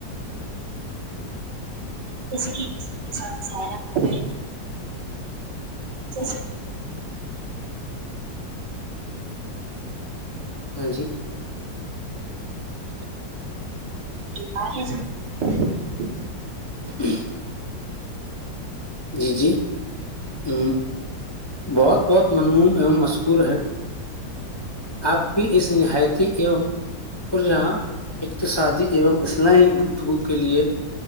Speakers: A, on the right; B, on the left.
A: جیسے کہ اس کے ساتھ س ے س
B: م جی
A: آ
B: ۔ جی جی ہ بہت بہت منوم ای مشکور ہیں آپ کی اس نہایتی ام پ جہاں اقتصادی ایوم اسلحی گ ٹو کے لیے